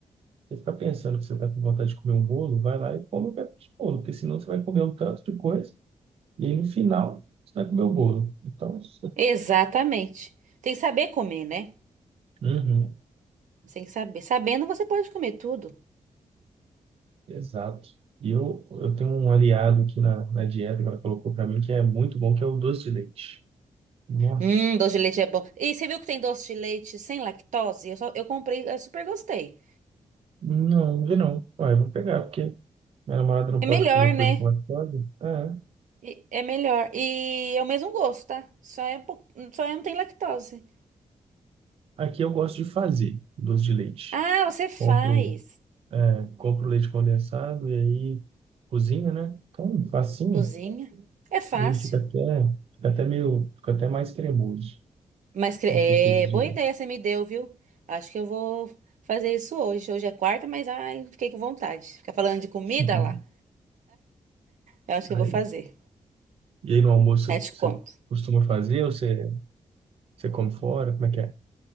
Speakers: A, on the right; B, on the right.
A: Você fica pensando que você está com vontade de comer um bolo, vai lá e come um pedaço de bolo, porque senão você vai comer um tanto de coisa e aí no final você vai comer o bolo. Então, isso-
B: Exatamente. Tem que saber comer, né?
A: Uhum,
B: Você Tem que saber. Sabendo, você pode comer tudo.
A: exato. E eu, eu tenho um aliado aqui na, na dieta que ela colocou para mim que é muito bom, que é o doce de leite. Nossa,
B: Hum, doce de leite é bom. E você viu que tem doce de leite sem lactose? Eu, só, eu comprei, eu super gostei.
A: não, não vi não. Ué, vou pegar, porque minha namorada não
B: É
A: pode
B: melhor,
A: comer
B: né?
A: coisa com lactose. É.
B: E- É melhor. E é o mesmo gosto, tá? Só é, pou- só é- não tem lactose.
A: Aqui eu gosto de fazer doce de leite.
B: Ah, você faz.
A: Compro, é, compro leite condensado e aí cozinha, né? Então, facinho.
B: Cozinha. É fácil.
A: E ele fica até, fica até meio, fica até mais cremoso
B: Mas cre-
A: do que aqueles
B: é boa
A: de...
B: ideia você me deu, viu? Acho que eu vou fazer isso hoje. Hoje é quarta, mas ai, fiquei com vontade. Ficar falando de comida
A: <laughs>
B: lá. Eu acho
A: Aí.
B: que eu vou fazer.
A: E aí no almoço
B: Aí eu te
A: você
B: conto.
A: você costuma fazer ou você, você come fora? Como é que é?